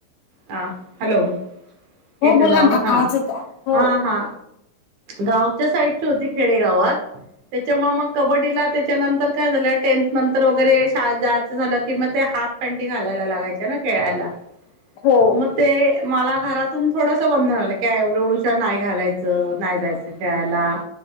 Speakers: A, on the right; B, on the left.
A: ह हॅलो हे
B: हो बोला
A: तरो नाव
B: ना
A: हा
B: आवाज येतो हो
A: हा हा गावच्या साईडची होती खेडेगावात त्याच्यामुळे मग कबड्डीला त्याच्यानंतर काय झालं. टेन्थ नंतर वगैरे शळा जायचं झालं कि मग ते हाफ पॅन्टी घालायला लागायचे ना खेळायला
B: हो
A: मते मला घरातून थोडसं बंधन आलं क एवढं एवढुश नाही घालायचं. नाही जायचं खेळायला